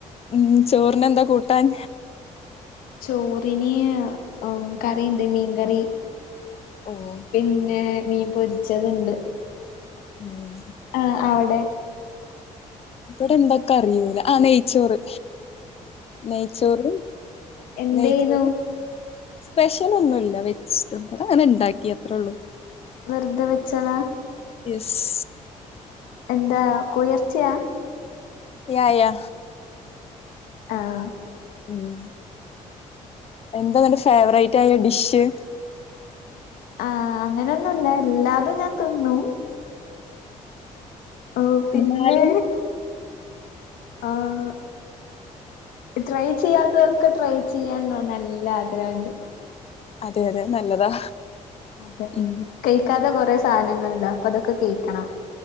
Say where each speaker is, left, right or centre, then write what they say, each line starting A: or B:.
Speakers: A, on the left; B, on the left.
A: ഉം, ചോറിന് എന്താ കൂട്ടാൻ?
B: ചോറിന് ഏഹ്, കറിണ്ട് മീൻകറി.
A: ഓഹ്
B: പിന്നെ മീൻ പൊരിച്ചത് ഇണ്ട്.
A: ഉം
B: ആ അവടെ,
A: ഇബടെ എന്ത ഇക്കറിയൂല ആ നെയ്ച്ചോറ്. നെയ്ച്ചോറ്,
B: എന്തേനു
A: നെയ്ച്ചോറ് സ്പെഷ്യലൊന്നുല്ല വെച്ച് ഇബടെ അങ്ങനെ ഇണ്ടാക്കി അത്രള്ളൂ.
B: വെർത വെച്ചതാ?
A: യെസ്
B: എന്താ കോഴി എർച്ചിയാ?
A: യാ യാ
B: ആഹ്
A: ഉം, എന്താ ഇന്നട്ട് ഫേവറേറ്റായ ഡിഷ്?
B: ആ അങ്ങനെയൊന്നുല്ല എല്ലാതും ഞാൻ തിന്നു. ഓഹ് പിന്നെ,
A: എന്നാലും
B: ആഹ് ട്രൈ ചെയ്യാത്തതൊക്കെ ട്രൈ ചെയ്യാൻ നല്ല ആഗ്രഹണ്ട്.
A: അതെ, അതെ അഹ് നല്ലതാ.
B: അതെ,
A: ഉം
B: കെഴിക്കാത്തെ കൊറെ സാനങ്ങള്ണ്ട് അപ്പൊ അതൊക്കെ കെഴിക്കണം.